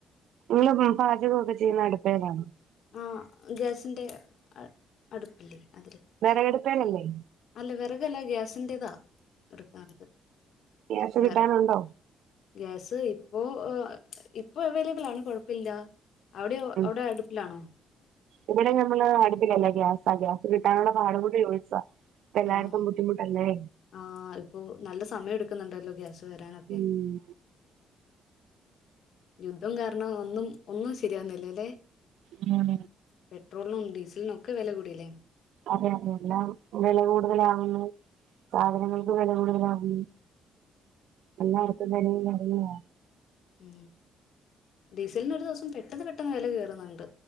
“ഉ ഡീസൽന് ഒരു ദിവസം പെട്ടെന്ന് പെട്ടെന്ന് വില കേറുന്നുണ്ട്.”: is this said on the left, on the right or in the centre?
Left